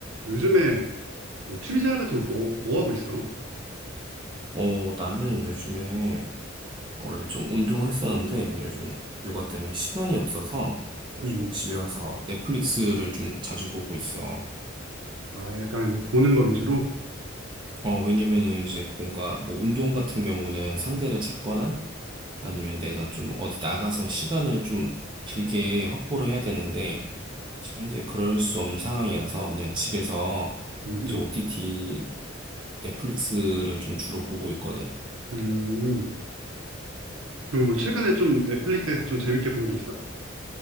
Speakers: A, on the right; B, on the right.
A: 요즘에 뭐 취미생활 같은 거 뭐, 뭐 하고 있어?
B: 어, 나는 요즘에 원래 좀 운동을 했었는데 요즘 육아 때문에 시간이 없어서 요즘
A: 음,
B: 집에 와서 넷플릭스를 좀 자주 보고 있어.
A: 음. 아, 약간 보는 거 위주로?
B: 어, 왜냐면은 이제 뭔가 뭐 운동 같은 경우는 상대를 찾거나 아니면 내가 좀 어디 나가서 시간을 좀 길게 확보를 해야 되는데 지금 현재 그럴 수 없는 상황이라서 그냥 집에서
A: 음,
B: 이제
A: 음.
B: OTT 넷플릭스를 좀 주로 보고 있거든.
A: 음. 그럼 뭐 최근에 좀 넷플릭스에서 좀 재밌게 본 게 있어?